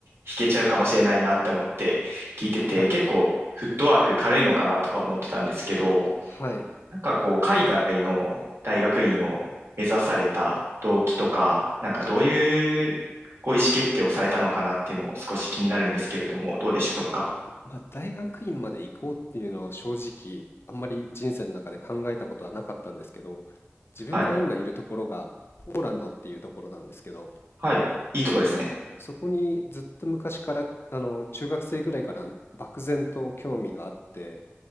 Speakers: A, on the right (about 65°); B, on the left (about 60°).
A: 引けちゃうかもしれないなって思って聞いてて、
B: はい、
A: 結構フットワーク軽いのかなとか思ってたんですけど、
B: はい。
A: なんかこう、海外の大学院を目指された動機とか、なんかどういうこう意思決定をされたのかなっていうのを少し気になるんですけれども、どうでしょうか。
B: まあ、大学院まで行こうっていうのは正直、あんまり人生の中で考えたことはなかったんですけど、自分が今いるところがポーランドっていうところなんですけど、
A: はい。はい。いいとこですね。
B: そこそこにずっと昔から、あの、中学生ぐらいから漠然と興味があって、